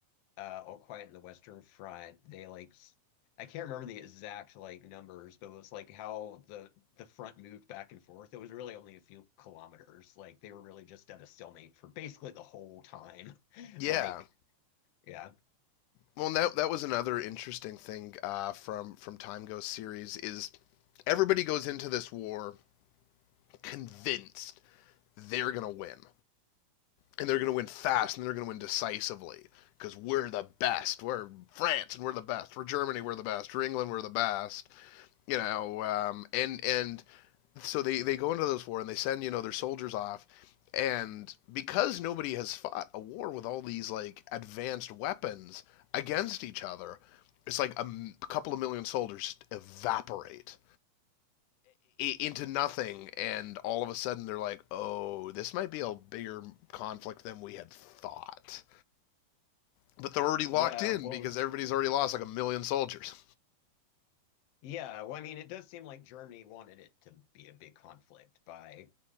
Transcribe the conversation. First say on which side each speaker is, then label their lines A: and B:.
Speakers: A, on the left; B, on the left.
A: uh, All Quiet in the Western Front, they like s- I can't remember the exact like numbers, but it was like how the the front moved back and forth. It was really only a few kilometers. Like they were really just at a stalemate for basically the whole time. <laughs>
B: Yeah.
A: Like, yeah.
B: Well, that that was another interesting thing uh, from from Time Ghost series is everybody goes into this war convinced they're gonna win. and they're going to win fast and they're going to win decisively because we're the best. We're France and we're the best. We're Germany, we're the best. We're England, we're the best. You know, um, and and so they they go into those war and they send you know their soldiers off, and because nobody has fought a war with all these like advanced weapons against each other, it's like a a couple of million soldiers evaporate into nothing, and all of a sudden they're like, "Oh, this might be a bigger conflict than we had thought." But they're already locked
A: Yeah,
B: in
A: well,
B: because everybody's already lost like a million soldiers
A: yeah, well, I mean, it does seem like Germany wanted it to be a big conflict by